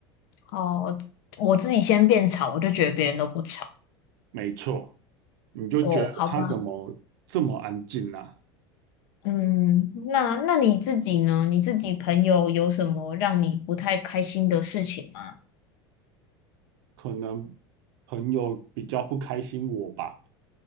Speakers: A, on the left; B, on the right.
A: 哦，我自己先变吵，我就觉得别人都不吵。
B: 没错，你就觉得他怎么这么安静啊？
A: 哦，好吧，嗯，那那你自己呢？你自己朋友有什么让你不太开心的事情吗？
B: 可能朋友比较不开心我吧，